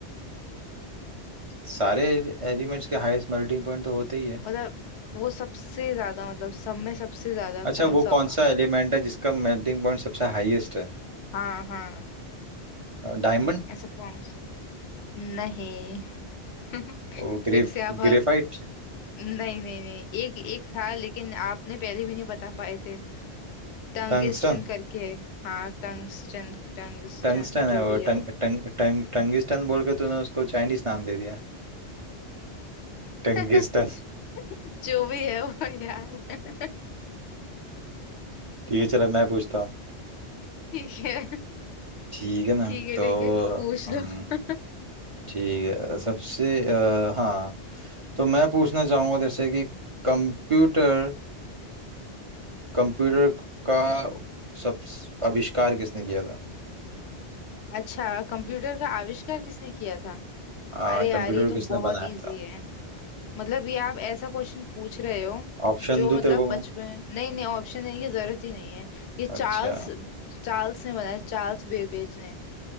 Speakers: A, on the right (about 35°); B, on the left (about 75°).
A: सारे एलिमेंट्स के हाईएस्ट मेल्टिंग पॉइंट तो होते ही है
B: मतलब वो सबसे ज्यादा मतलब सब में सबसे ज्यादा
A: अच्छा
B: कौन
A: वो
B: सा होगा
A: कौन सा एलिमेंट है जिसका मेल्टिंग पॉइंट सबसे हाईएस्ट है
B: हाँ हाँ
A: डायमंड
B: ऐसा कौन नहीं <laughs>
A: और ग्रेफ
B: फिर से आप
A: ग्रेफाइट
B: नहीं नहीं नहीं एक एक था लेकिन आपने पहले भी नहीं बता पाए थे टंगिस्टन
A: टंगस्टन
B: करके है। हाँ टंगस्टन टंगस्टन
A: टंगस्टन
B: जो
A: है
B: भी
A: वो
B: है
A: टंग
B: वो
A: टंग टंग टंगिस्टन बोल के तूने उसको चाइनीस नाम दे दिया टंगिस्टन
B: <laughs> जो भी है वो यार <laughs>
A: ठीक है चलो मैं पूछता हूँ
B: ठीक है
A: ठीक है ना
B: ठीक है
A: तो
B: ठीक है पूछ लो
A: हम
B: <laughs>
A: ठीक है सबसे अ, हाँ तो मैं पूछना चाहूंगा तेरे से कि कंप्यूटर कंप्यूटर का सब आविष्कार किसने किया था
B: अच्छा कंप्यूटर का आविष्कार किसने किया था
A: आ,
B: अरे यार
A: कंप्यूटर
B: ये तो
A: किसने
B: बहुत
A: बनाया
B: इजी
A: था
B: है मतलब ये आप ऐसा क्वेश्चन पूछ रहे हो
A: ऑप्शन
B: जो
A: दूं
B: मतलब
A: तेरे को
B: बचपन
A: मैं
B: नहीं नहीं ऑप्शन देने की जरूरत ही नहीं है ये चार्ल्स
A: अच्छा
B: चार्ल्स ने बनाया चार्ल्स बेबेज ने